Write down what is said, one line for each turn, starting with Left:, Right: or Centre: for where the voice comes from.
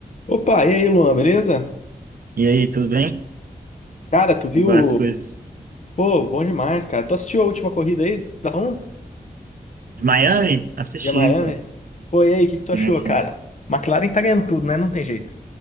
Left: Opa, e aí, Luan, beleza?
Right: E aí, tudo bem?
Left: Cara, tu
Right: Como
Left: viu?
Right: vão as coisas?
Left: Pô, bom demais, cara. Tu assistiu a última corrida aí da F1
Right: De Miami? Assisti,
Left: de Miami?
Right: pô.
Left: Pô, e aí, o que que
Right: Assistência.
Left: tu achou, cara? McLaren tá ganhando tudo, né? Não tem jeito.